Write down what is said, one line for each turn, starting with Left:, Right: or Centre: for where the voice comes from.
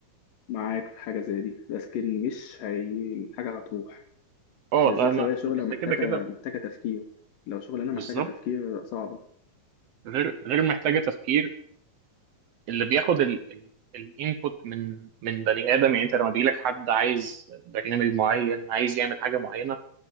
Left: معاك في حاجه زي دي لكن مش هي الحاجه هتروح
Right: اه
Left: بالذات
Right: لا أنا
Left: لو هي شغله
Right: لأن
Left: محتاجه
Right: كده كده
Left: محتاجه تفكير لو شغلانه محتاجه
Right: بالظبط
Left: تفكير صعبه
Right: غير غير محتاجة تفكير اللي بياخد ال ال الانبوت من من بني آدم يعني أنت لما بيجيلك حد عايز برنامج معين عايز يعمل حاجة معينة